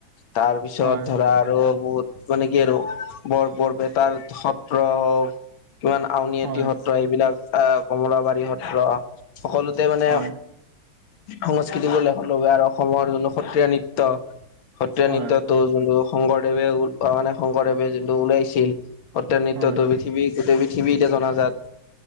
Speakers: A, on the left; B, on the right.
A: তাৰপিছত,
B: হয়
A: ধৰা আৰু বহুত মানে কি আৰু বৰ বৰপেটাৰ সত্ৰ হওক, কিমান আউনী
B: হয়
A: আটি সত্ৰ এইবিলাক আহ কমলাবাৰী সত্ৰ, সকলোতে মানে
B: হয়
A: সংস্কৃতি বুলিলে লেখত ল'বলগীয়া আৰু অসমৰ যোন সত্ৰীয়া নৃত্যয়। সত্ৰীয়া
B: হয়
A: নৃত্যতো যোনটো শংকৰদেৱে ওলো মানে শংকৰদেৱে যোনটো ওলাইছিল। সত্যা নৃত্যটো
B: হয়
A: পৃথিৱী গোটেই পৃথিৱী এতিয়া জনাজাত।